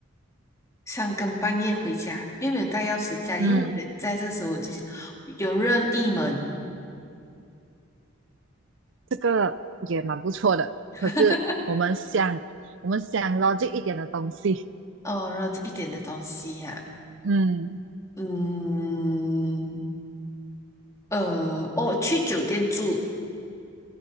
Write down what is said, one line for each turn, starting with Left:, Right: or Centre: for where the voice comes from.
Left: 三更半夜回家，又没有带钥匙，家里又没有人在，
Right: 嗯，
Left: 这个时候我就是有任意门，
Right: 这个也蛮不错的。
Left: <laughs>
Right: 可是我们想，我们想 logic 一点的东西，
Left: 哦，然后一点的东西呀、
Right: 嗯。
Left: 嗯，呃，哦，去酒店住，